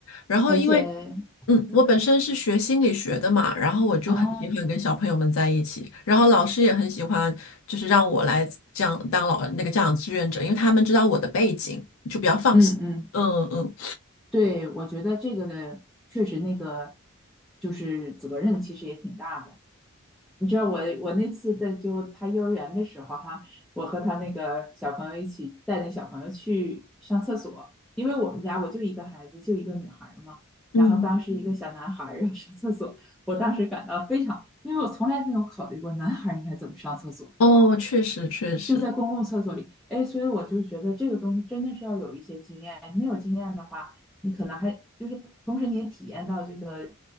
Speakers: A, on the left; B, in the centre.
A: 然后因为
B: 而且，
A: 嗯，
B: 嗯
A: 我本身是学心理学的嘛，然后我就很喜欢跟小朋友们在一起，
B: 啊，
A: 然后老师也很喜欢，就是让我来这样当老那个家长志愿者，因为他们知道我的背景，就比较放心。
B: 嗯嗯。
A: 嗯嗯
B: 对，我觉得这个的确实那个就是责任，其实也挺大的。你知道我我那次在就他幼儿园的时候哈，我和他那个小朋友一起带那小朋友去上厕所，因为我们家我就一个孩子，就一个女孩儿嘛。
A: 嗯，
B: 然后当时一个小男孩儿要上厕所，我当时感到非常，因为我从来没有考虑过男孩儿应该怎么上厕所。
A: 哦，确实确实。
B: 就在公共厕所里，哎，所以我就觉得这个东西真的是要有一些经验，没有经验的话，你可能还就是同时你也体验到这个